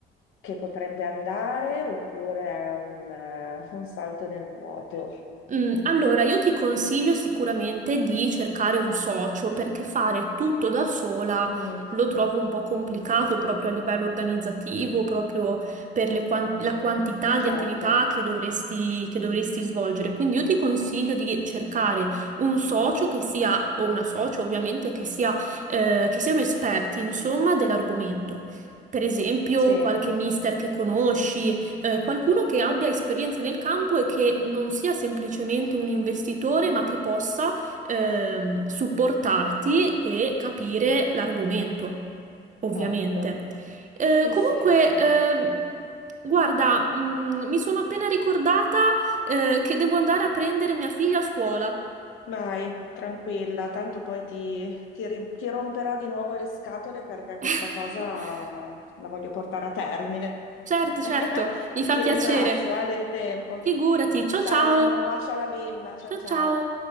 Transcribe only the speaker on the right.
Mm, Allora, io ti consiglio sicuramente di cercare un socio perché fare tutto da sola
lo trovo un po' complicato proprio a livello organizzativo, proprio per le quan- la quantità
di attività che dovresti, che dovresti svolgere. Quindi io ti consiglio di cercare un socio che sia, o una socio ovviamente, che sia, eh, che siano esperti, insomma, dell'argomento. Per esempio,
qualche mister che conosci eh, qualcuno che abbia esperienza nel campo e che non sia semplicemente un investitore, ma che possa ehm, supportarti e capire l'argomento, ovviamente.
Eh,
comunque,
ehm, guarda, mh, mi sono appena ricordata eh, che devo andare a prendere mia figlia a scuola.
<laughs>
Certo,
certo, mi fa
piacere.
Figurati, ciao
ciao.
Ciao
ciao.